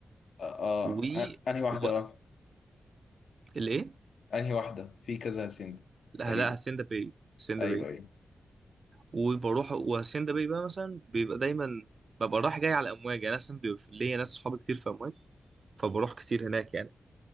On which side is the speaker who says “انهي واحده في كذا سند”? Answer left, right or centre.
Left